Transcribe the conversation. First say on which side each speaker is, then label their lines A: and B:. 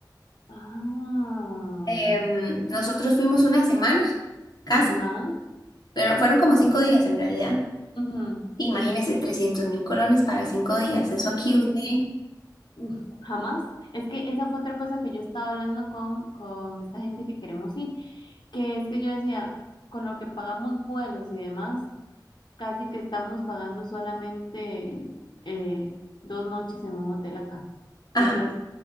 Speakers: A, on the left (about 80°); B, on the left (about 60°).
A: Ah,
B: Em, nosotros fuimos una semana, casi,
A: ajá.
B: pero fueron como cinco días en realidad.
A: ujú.
B: Imagínese trescientos mil colones para cinco días. Eso aquí
A: Y
B: usted...
A: eso, mm, jamás. Es que esa fue otra cosa que yo estaba hablando con, con esta gente que queremos ir. que es que yo decía, con lo que pagamos vuelos y demás, casi que estamos pagando solamente eh, dos noches en un hotel acá.
B: Ajá.
A: Entonces,